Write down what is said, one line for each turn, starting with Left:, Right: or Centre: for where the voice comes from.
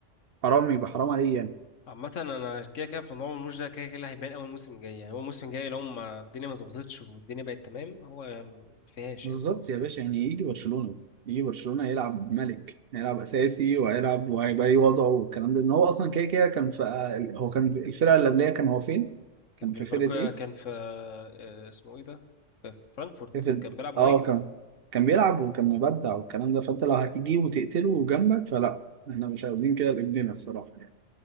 Right: حرام يبقى حرام عليه يعني
Left: عامة انا كده كده في موضوع مرموش ده كده كده اللي هيبان اول موسم جاي يعني هو الموسم الجاي لو ما الدنيا ما ظبطتش والدنيا بقت تمام هو ما فيهاش
Right: بالظبط
Left: يعني خلاص
Right: يا باشا يعني يجي برشلونه يجي برشلونه يلعب ملك هيلعب اساسي وهيلعب وهيبقى ليه وضعه والكلام ده ان هو اصلا كده كده كان في هو كان في الفرقه اللي قبليه كان هو فين؟
Left: كان
Right: كان
Left: في
Right: في
Left: ليفربول
Right: فرقه ايه؟
Left: كان في آه، اسمه ايه ده في فرانكفورت
Right: قفل
Left: كان بيلعب مهاجم
Right: اه كان كان بيلعب وكان مبدع والكلام ده فانت لو هتجيبه وتقتله جنبك فلا احنا مش عاوزين كده لابننا الصراحه يعني